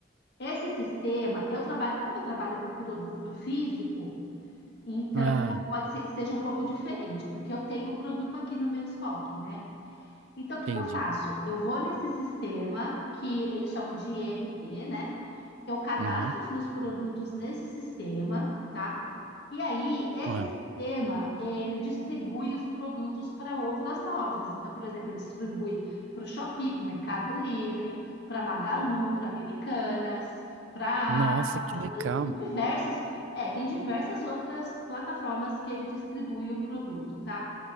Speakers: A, on the left (about 60°); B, on the right (about 80°).
A: Esse sistema, eu trabalho, como eu trabalho com produto físico, Então,
B: Ah,
A: pode ser que seja um pouco diferente, porque eu tenho o produto aqui no meu estoque, né? Então, o que
B: entendi.
A: que eu faço? Eu vou nesse sistema que eles chamam de ERP, né? eu cadastro
B: Uhum.
A: os meus produtos nesse sistema, tá? E aí, esse
B: Ah.
A: sistema, ele distribui os produtos para outras lojas. Então, por exemplo, ele distribui para o Shopee, para o Mercado Livre, para Magalu, para Americanas, para
B: Nossa,
A: a Amazon,
B: que legal.
A: e tem diversas, é, tem diversas outras plataformas que ele distribui o produto, tá?